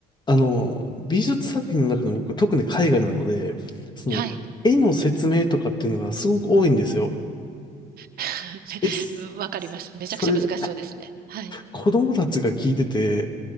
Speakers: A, on the left; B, on the right.
A: あの、美術作品の中でも僕、特に絵画なので、その、
B: はい。
A: 絵の説明とかっていうのがすごく多いんですよ。
B: <laughs>
A: です。
B: めわかります。めちゃくちゃ難しそうですね。
A: それ、
B: はい、
A: 子供たちが聞いてて、